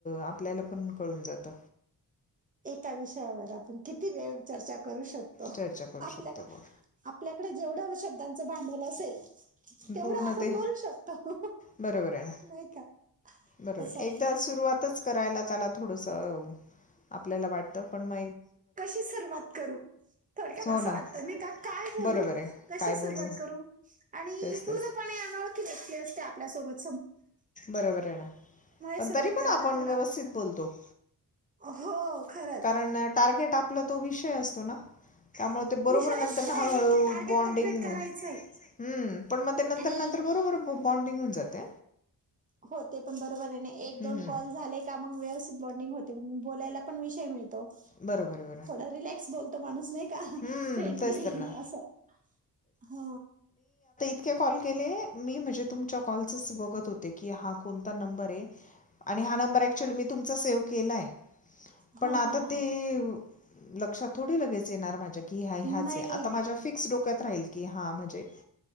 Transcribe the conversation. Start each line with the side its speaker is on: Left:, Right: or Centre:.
Left: आपल्याला पण कळून जात.
Right: एका विषयावर आपण किती वेळ चर्चा करू शकतो.
Left: चर्चा करू
Right: आपल्या
Left: शकतो बोल
Right: आपल्याकडे जेवढं शब्दांचं भांडवल असेल तेवढं
Left: पूर्ण
Right: आपण
Left: ते
Right: बोलू शकतो,
Left: बरोबर आहे ना
Right: नाही का.
Left: बरोबर
Right: असं
Left: एकदा सुरुवातच करायला थोडसं आपल्या वाटत. पण म
Right: कशी सुरवात करू, थोडक्यात
Left: हो
Right: असं
Left: ना
Right: वाटत नाही का. काय बोलू,
Left: बरोबर आहे
Right: कशी
Left: काय
Right: सुरवात
Left: बोलू
Right: करू आणि
Left: तेच
Right: पूर्णपणे
Left: तेच
Right: अनोळखी व्यक्ती असते आपल्यासोबत.
Left: बरोबर आहे ना. पण
Right: सुरुवात
Left: तरी पण
Right: करायला
Left: आपण
Right: थोडा
Left: व्यवस्थित बोलतो.
Right: हो खरंच.
Left: कारण टार्गेट आपला तो विषय असतो ना त्यामुळ ते बरोबर
Right: विषयच
Left: नंतर
Right: तो
Left: ते हळू
Right: आहे
Left: हळू
Right: की टार्गेट
Left: बाँडिंग
Right: कम्प्लीट
Left: हम्म
Right: करायचंय
Left: पण मग ते नंतर
Right: आणि
Left: नंतर बरोबर बॉन्डिंग होऊन जातय.
Right: हो ते पण बरोबर आहेन एक,
Left: हं,
Right: दोन
Left: हं.
Right: कॉल झाले का मग व्यव बाँडिंग होतंय बोलायला पण विषय मिळतो
Left: बरोबर बरोबर
Right: थोडं रिलॅक्स बोलतो माणूस नाई का
Left: हम्म
Right: फ्रेंडली
Left: तेच तर ना
Right: असं ह
Left: इितके कॉल केले मी म्हणजे तुमच्या कॉलसच बघत होते की हा कोणता नंबरय. आणि हा नंबर ऍक्चुअली मी तुमचा सेव्ह केलाय पण
Right: हा
Left: आता
Right: हा हा
Left: ते अ लक्षात थोडी लगेच येणार माझ्या की ह्या ह्याचय
Right: नाही
Left: आता माझ्या फिक्स डोक्यात राहील. की हां म्हजे